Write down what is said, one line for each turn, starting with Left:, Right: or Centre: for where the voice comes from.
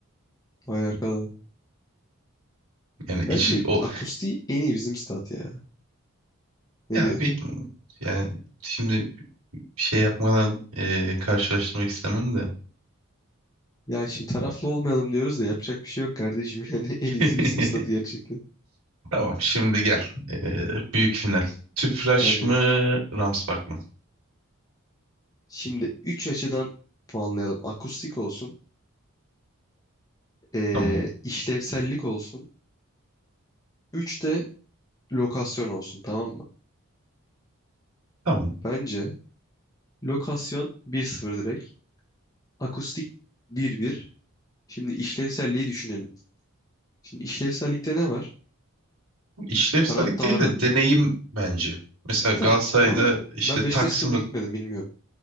Left: Vay arkadaş.
Right: Yani
Left: Bence
Right: içi o
Left: akustiği en iyi bizim stat ya.
Right: <laughs>
Left: Ne
Right: ya
Left: diyorsun?
Right: Batman yani şimdi bir şey yapmadan e, karşılaştırmak istemem de.
Left: Ya şimdi taraflı olmayalım diyoruz da yapacak bir şey yok kardeşim. <laughs> Yani en
Right: <laughs>
Left: iyisi bizim statı gerçekten.
Right: Tamam şimdi gel. E, büyük final. Tüpraş
Left: Hadi.
Right: mı Ramspark mı?
Left: Şimdi 3 açıdan puanlayalım. Akustik olsun. eee,
Right: Tamam.
Left: işlevsellik olsun. 3 de lokasyon olsun tamam mı?
Right: Tamam.
Left: Bence lokasyon bir sıfır direkt. Akustik bir bir. Şimdi işlevselliği düşünelim. Şimdi işlevsellikte ne var?
Right: Bu İşlevsellik
Left: Taraftarın.
Right: değil de deneyim bence. Mesela Galatasaray'da
Left: Tamam ama
Right: işte
Left: ben
Right: Taksim'de
Left: Beşiktaş stada gitmedim bilmiyorum.